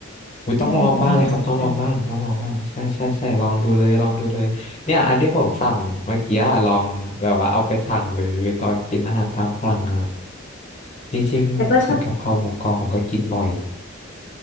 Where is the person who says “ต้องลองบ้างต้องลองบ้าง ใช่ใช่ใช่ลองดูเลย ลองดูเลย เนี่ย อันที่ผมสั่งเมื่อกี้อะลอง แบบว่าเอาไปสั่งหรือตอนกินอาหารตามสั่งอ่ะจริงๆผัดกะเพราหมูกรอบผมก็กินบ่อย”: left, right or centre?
Left